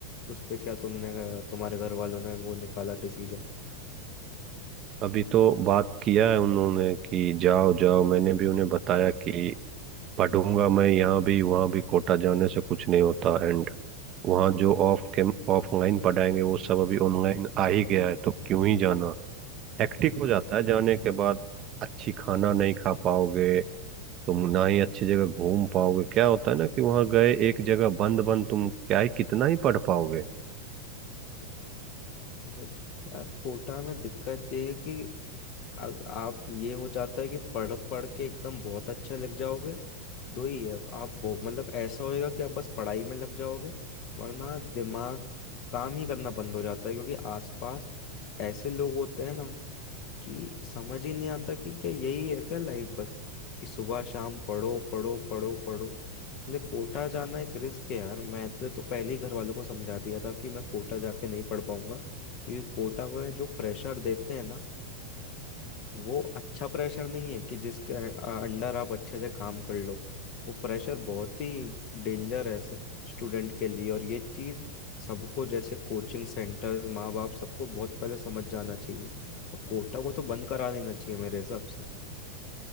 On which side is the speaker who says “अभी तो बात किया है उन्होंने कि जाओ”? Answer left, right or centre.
Right